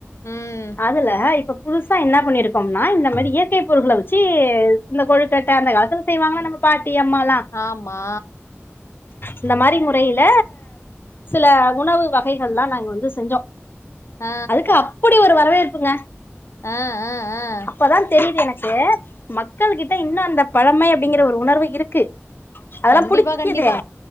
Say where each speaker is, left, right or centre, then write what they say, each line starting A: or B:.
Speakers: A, on the left (about 85°); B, on the left (about 50°).
A: ம்
B: அதுல இப்ப புதுசா என்ன பண்ணிருக் இந்த மாரி இயற்கை பொருள்கள வச்சு இந்த கொழுக்கட்டை அந்த காலத்தில் செய்வாங்கள நம்ம பாட்டி அம்மாலா
A: ஆமா
B: இந்த மாரி முறையில சில உணவு வகைகள்லா நாங்க வந்து செஞ்சோ
A: ஆ
B: அதுக்கு அப்படி ஒரு வரவேற்ப்புங்க
A: ஆஹ் ஹ் ஹ்
B: பதா தெரியுது எனக்கு மக்கள்கிட்ட இன்னு அந்த பழமை அப்டிங்கிற ஒரு உணர்வு இருக்கு அதல்லா
A: கண்டிப்பா
B: புடிக்குதே
A: கண்டிப்பா